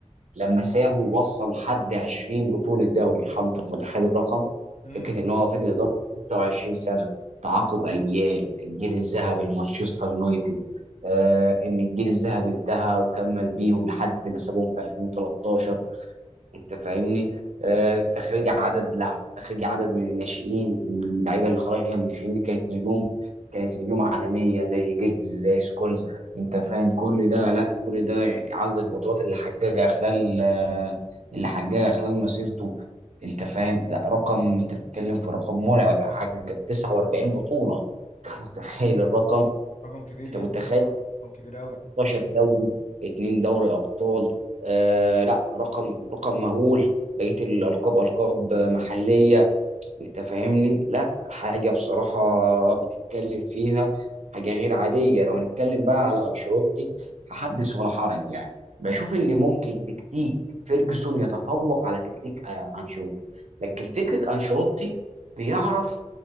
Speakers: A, on the right; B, on the left.
A: لما سابه وصل لحد 20 بطوله دوري حضرتك متخيل الرقم
B: امم
A: فكره ان هو فضل يدرب 26 سنه تعاقب اجيال الجيل الذهبي لمانشستر يونايتد آه ان الجيل الذهبي انتهى وكمل بيهم لحد ما سابهم في 2013 انت فاهمني آه تخريج عدد لا تخريج عدد من الناشئين من اللعيبه اللي خارجه من الناشئين دي كانت نجوم كانت نجوم عالميه زي جيجز زي سكولز انت فاهم كل ده لا كل ده عدد البطولات اللي حققها خلال آه اللي حققها خلال مسيرته انت فاهم لا رقم انت بتتكلم في رقم مرعب حقق 49 بطوله انت متخيل الرقم
B: رقم كبير
A: انت
B: جدا
A: متخيل
B: طبعا رقم كبير قوي
A: 16 دوري اتنين دوري ابطال آه لا رقم رقم مهول بقيه الالقاب القاب محليه انت فاهمني لا حاجه بصراحه بتتكلم فيها حاجه غير عاديه لو هنتكلم بقى على انشيلوتي فحدث ولا حرج يعني بشوف ان ممكن تكتيك فيرجسون يتفوق على تكتيك آه، انشيلوتي لكن فكره انشيلوتي بيعرف